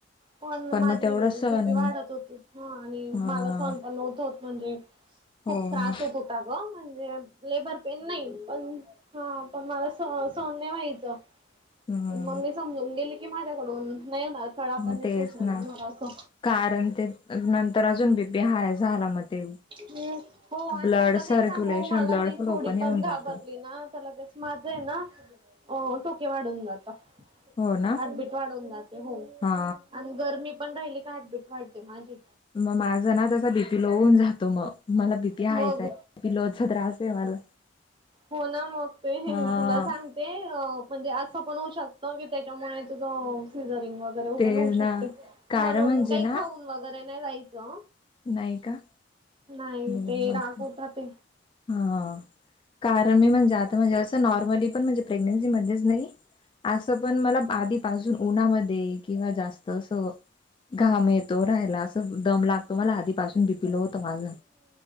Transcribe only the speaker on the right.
पण माझी
बीपी वाढत होती ह आणि
मला सण पण नत होत. म्हणजे खूप
त्रास
होत होता ग म्हणजे लेबर पन नाही पण हा पण मला स सहन्य व्हायचं.
मम् ममी समजून गेली की माझ्याकडून नाही होणार खड आपण
नाही
सोचलं
जाणार असं
ह् हो आणि
तुला
काही सांगू मला
मी
थोडी
पण घाबरली
ना त्याला क माझं आहे ना अ टोके वाढून जाता.
हबिट वाढून जाते हो
आणि गरमी पण राहिली का हबिट वाटते माझी
मग
हो ना मग ते हे
तुला सांगते म्हणजे असं पण होऊ शकत त्याच्यामुळे तुझं सीझरिंग वगैरे उंनऊ
शकते
म्हणून
काही
खाऊ वगैरे नाही जाहायचं
नाही
ते
रागवत रा ते